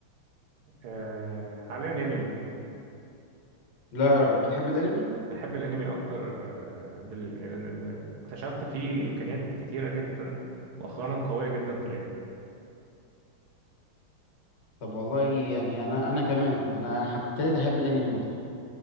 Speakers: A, on the right; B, on the left.
A: آه، حاليا انمي
B: لا بتحب الانمي
A: بحب الانمي اكتر آه، دل... لأن ال- اكتشفت فيه امكانيات كتيرة جدا مؤخرا قوية جدا في الانمي
B: طب والله يعني انا انا كمان انا حب- ابتديت احب الانمي برضه